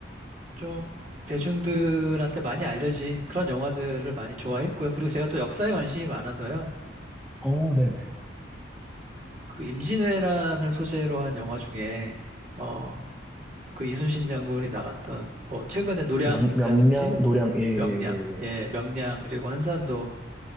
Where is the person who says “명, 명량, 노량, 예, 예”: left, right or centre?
Centre